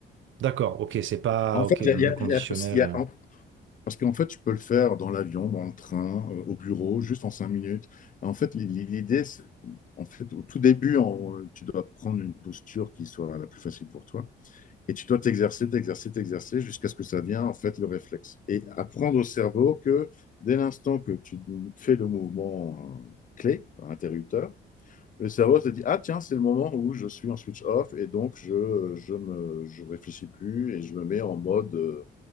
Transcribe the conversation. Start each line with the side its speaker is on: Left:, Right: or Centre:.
Right: D'accord, ok, c'est pas...
Left: En
Right: Ok,
Left: fait, il
Right: un
Left: y a, il y
Right: inconditionnel.
Left: a- il y a- il y a-
Right: euh.
Left: Parce qu'en fait, tu peux le faire dans l'avion, dans le train, euh, au bureau, juste en cinq minutes. En fait, l'i- l'idée, c'est- en fait, au tout début, en- euh, tu dois prendre une posture qui soit la plus facile pour toi. Et tu dois t'exercer, t'exercer, t'exercer jusqu'à ce que ça vienne, en fait, le réflexe. Et apprendre au cerveau que dès l'instant que tu fais le mouvement euh, clé, interrupteur, le cerveau se dit, ah tiens, c'est le moment où je suis en switch off et donc je, je me, je réfléchis plus et je me mets en mode, euh,